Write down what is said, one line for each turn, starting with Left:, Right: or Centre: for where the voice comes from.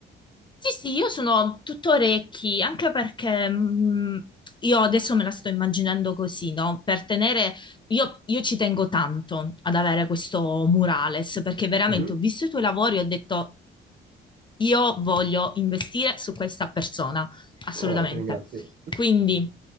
Left: Sì, sì, io sono tutto orecchi, anche perché mh, io adesso me la sto immaginando così, no? Per tenere, io, io ci tengo tanto ad avere questo murales, perché veramente
Right: Mhm.
Left: ho visto i tuoi lavori e ho detto, io voglio investire su questa persona, assolutamente.
Right: Oh, ti ringrazio.
Left: Quindi,